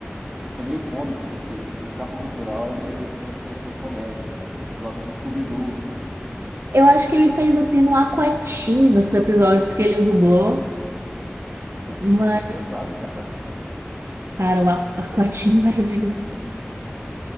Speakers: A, on the right; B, on the right.
A: Fica meio cômico, se ele, se ele puxar pro cultural, ele, ele começa a parecer meio comédia. Fica pro lado do Scooby-Doo.
B: Eu acho que ele fez assim no Aquatim, nos episódios que ele dublou.
A: Não,
B: Mas,
A: isso aí é bem pesado, esse aquatinho.
B: cara, o A- Aquatim <laughs> maravilhoso.